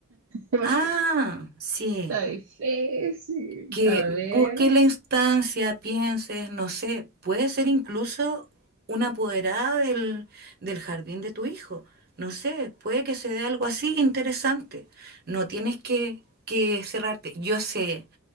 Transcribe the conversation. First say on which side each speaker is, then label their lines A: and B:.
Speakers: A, on the right; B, on the right.
A: <laughs>
B: Ah, sí.
A: Está difícil.
B: que
A: A ver.
B: busque la instancia, pienses, no sé, puede ser incluso una apoderada del, del jardín de tu hijo. No sé, puede que se dé algo así interesante. No tienes que, que cerrarte. Yo sé